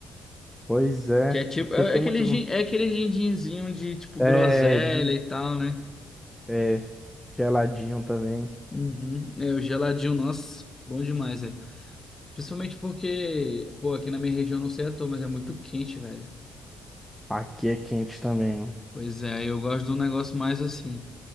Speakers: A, in the centre; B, on the left.
A: Pois é.
B: Que é tipo,
A: É porque
B: é
A: tem
B: é aquele,
A: muito. no-
B: gin- é aquele gindinzinho de, tipo,
A: É,
B: groselha
A: de-
B: e tal, né?
A: é, geladinho também.
B: Uhum. É, o geladinho, nossa, bom demais, velho. Principalmente porque, pô, aqui na minha região não sei à toa, mas é muito quente, velho.
A: Aqui é quente também, mano.
B: Pois é, eu gosto de um negócio mais assim.